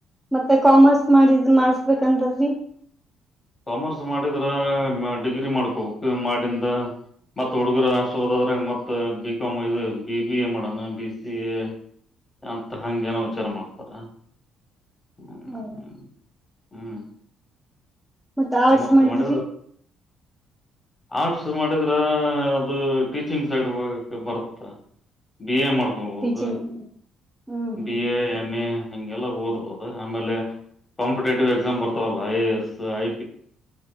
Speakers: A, in the centre; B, on the left.
A: ಮತ್ತೆ ಕಾಮರ್ಸ್ ಮಾಡಿದ ಮಾಡಸ್ಬೇಕಂತಲ್ರಿ
B: ಕಾಮರ್ಸ್ ಮಾಡಿದ್ರ ಡಿಗ್ರಿ ಮಾಡ್ಕೋಕ್ ಮಾಡಿಂದ ಮತ್ ಹುಡುಗರು ಅಷ್ಟು ಹೋದಾದ್ರೆ ಮತ್ ಬಿ ಕಾಮ್ ಇದು ಬಿ ಬಿ ಎ ಮಡಮ ಬಿ ಸಿ ಎ ಅಂತ ಹಂಗೇನೋ ವಿಚಾರ ಮಾಡ್ತಾರ ಹ್ಮ್
A: ಹೌ
B: ಹ್ಮ್
A: ಮತ್ತ
B: ಕಾಮರ್ಸ
A: ಆರ್ಟ್ಸ್ ಮಾಡಿದ್ರಿ
B: ಮಾಡ ಆರ್ಟ್ಸ್ ಮಾಡಿದ್ರೆ ಅದು ಟೀಚಿಂಗ್ ಸೈಡ್ ಬರುತ್ತ ಬಿ ಎ ಮಾಡ್ಕೊಬೋದು
A: teaching hmm hmm
B: B A M A ಹಂಗೆಲ್ಲ ಓದ್ಬಹುದು ಆಮೇಲೆ ಕಾಂಪಿಟೇಟಿವ್ ಎಕ್ಸಾಮ್ ಬರ್ತವಲ್ಲ ಐ ಎ ಎಸ್ ಐ